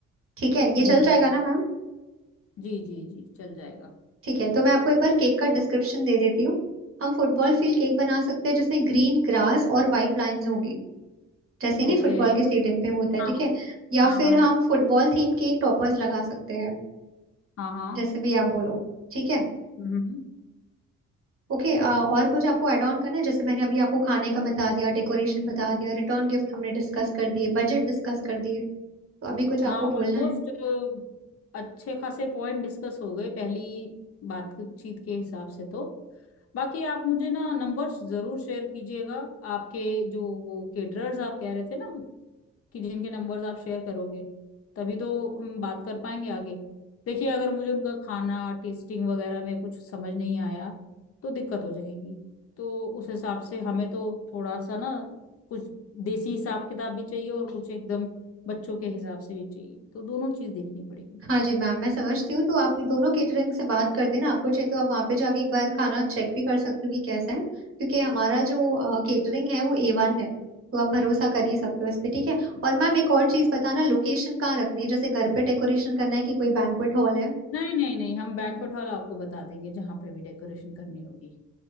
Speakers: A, on the right; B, on the left.
A: ठीक है ये
B: जी
A: चल जाएगा ना मैम
B: जी जी जी चल जाएगा
A: ठीक है तो मैं आपको एक बार केक का डिस्क्रिप्शन दे देती हूँ हम फुटबॉल फील्ड केक बना सकते हैं जिसमें ग्रीन ग्रास और वाइट लाइंस होगी जैसे नहीं
B: ओके
A: फुटबॉल के स्टेडियम पे होता है
B: हाँ
A: ठीक है या
B: हाँ
A: फिर
B: हाँ
A: हम फुटबॉल थीम के एक टॉपर्स लगा सकते हैं
B: हाँ हाँ
A: जैसे भी आप बोलो ठीक है
B: हम्म
A: ओके और कुछ आपको ऐड ऑन करना है जैसे मैंने अभी आपको खाने का बता दिया डेकोरेशन बता दिया रिटर्न गिफ्ट हमने डिस्कस कर दिए बजट डिस्कस कर दिए तो अभी कुछ आपको
B: हाँ ऑलमोस्ट
A: बोलना है
B: अच्छे खासे पॉइंट डिस्कस हो गए पहली बातचीत के हिसाब से तो बाकी आप मुझे ना नंबर्स जरूर शेयर कीजिएगा आपके जो वो केटरर्स आप कह रहे थे ना कि जिनके नंबर्स आप शेयर करोगे तभी तो हम बात कर पाएंगे आगे देखिए अगर मुझे उनका खाना टेस्टिंग वगैरह में कुछ समझ नहीं आया तो दिक्कत हो जाएगी तो उस हिसाब से हमें तो थोड़ा सा ना कुछ देसी हिसाब किताब भी चाहिए और कुछ एकदम बच्चों के हिसाब से भी चाहिए तो दोनों चीज देखनी पड़ेगी
A: हाँ जी मैम मैं समझती हूँ तो आप ये दोनों केटरिंग से बात कर देना आपको चाहिए तो आप वहाँ पे जाके एक बार खाना चेक भी कर सकते हो कि कैसा है क्योंकि हमारा जो केटरिंग है वो ए वन है तो आप भरोसा कर ही सकते हो इस पे ठीक है और मैम एक और चीज़ बताना लोकेशन कहाँ रखनी है जैसे घर पे डेकोरेशन करना है कि कोई बैंक्वेट हॉल है
B: नहीं नहीं नहीं हम बैंक्वेट हॉल आपको बता देंगे जहाँ पे भी डेकोरेशन करनी होगी